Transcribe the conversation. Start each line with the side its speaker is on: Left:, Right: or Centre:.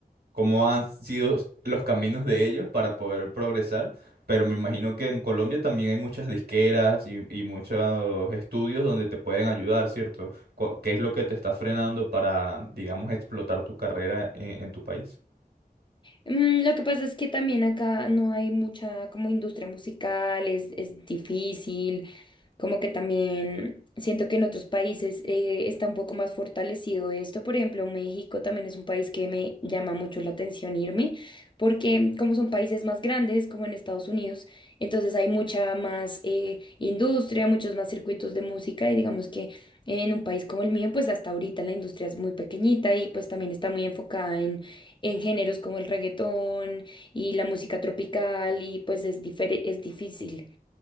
Right: cómo han sido los caminos de ellos para poder progresar, pero me imagino que en Colombia también hay muchas disqueras y, y muchos estudios donde te pueden ayudar, ¿cierto? Cu- ¿Qué es lo que te está frenando para, digamos, explotar tu carrera en, en tu país?
Left: Mm, Lo que pasa es que también acá no hay mucha como industria musical, es, es difícil, como que también siento que en otros países eh, está un poco más fortalecido esto. Por ejemplo, México también es un país que me llama mucho la atención irme, porque como son países más grandes, como en Estados Unidos, entonces hay mucha más eh, industria, muchos más circuitos de música y digamos que en un país como el mío, pues hasta ahorita la industria es muy pequeñita y pues también está muy enfocada en, en géneros como el reggaetón y la música tropical y pues es, difere- es difícil.